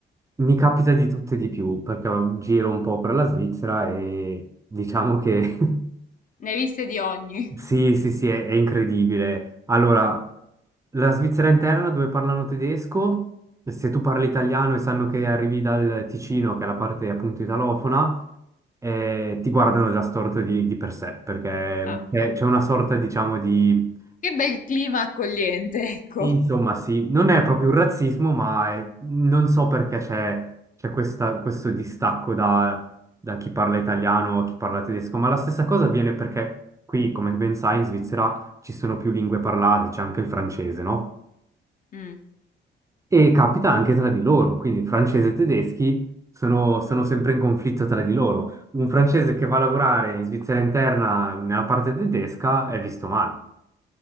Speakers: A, on the right (about 15°); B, on the left (about 40°).
A: mi capita di tutte e di più, perché giro un po' per la Svizzera e diciamo che <laughs>
B: Ne hai viste di ogni.
A: sì, sì, sì, è, è incredibile. Allora, la Svizzera interna dove parlano tedesco, se tu parli italiano e sanno che arrivi dal Ticino, che è la parte appunto italofona, eh, ti guardano già storto di, di per sé, perché
B: <laughs> Ah,
A: eh, c'è una sorta, diciamo, di...
B: che bel clima accogliente, ecco.
A: Insomma, sì, non è proprio un razzismo, ma è- non so perché c'è c'è questa- questo distacco da, da chi parla italiano a chi parla tedesco, ma la stessa cosa avviene perché qui, come ben sai, in Svizzera ci sono più lingue parlate, c'è anche il francese, no?
B: Mm.
A: E capita anche tra di loro, quindi francesi e tedeschi sono, sono sempre in conflitto tra di loro. Un francese che va a lavorare in Svizzera interna nella parte tedesca è visto male.